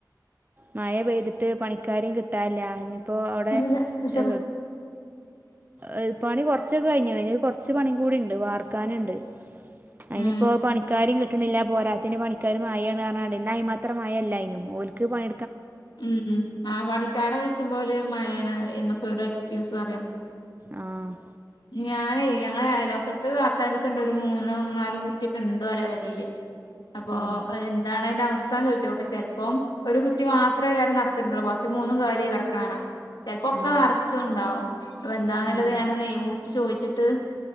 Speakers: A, on the right; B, on the left.
A: മയ പെയ്തിട്ട് പണിക്കാരിറ കി ട്ടാൻല്ല ഇനിപ്പോ അവ്ടെ
B: ചെറിയ ശിശക
A: എ ഏ പണി കൊർച്ചൊക്കെ കഴിഞ്ഞ്ണ് ഇ കൊർച്ച് പണിങ്കൂടിണ്ട് വാർക്കാനിണ്ട് അയ്നിപ്പോ
B: ഉം
A: പണിക്കാരിം കി ട്ടിണില്ല പോരാത്തേന് പണിക്കാരും മയാണർഞ്ഞാണ്ടെ ഇന്നാ അയ്മാത്രം മയ ഇല്ലായിനും ഓല്ക്ക് പണി
B: ഉം ആ പണിക്കാരെ വിൾച്ചുമ്പോല് മയാണ് എന്നൊക്കെ ഓരോ എക്സ്ക്യൂസ് പറയും
A: ആ
B: ഞാനെയ് ഞങ്ങളെ അയ്ലോക്കത്ത് അ ത്താന്റെട്ത്തിണ്ട് ഒരു മൂന്ന്‌ നാലും കുറ്റിയൊക്കെ ഇണ്ട് ഓല പെരേല് അപ്പൊ
A: ഉം
B: എന്താണ് അയ്ന്റെ അവസ് ചോദിച്ചോട്ടെ ചെൽപ്പോം ഒരു കുറ്റി മാ ത്രേ വേറെ നറച്ചിട്ടിണ്ടാവു ബാക്കി മൂന്നും കാലിയായി കടക്കിണെ കാണാ ചെലപ്പൊക്കെ
A: ആ
B: നർച്ചതുണ്ടാവും അപ്പൊ എന്താന്നില്ലത്
A: ഉം
B: ഞാനൊന്നെയ് വിളിച്ച് ചോയ്ച്ചി ട്ട്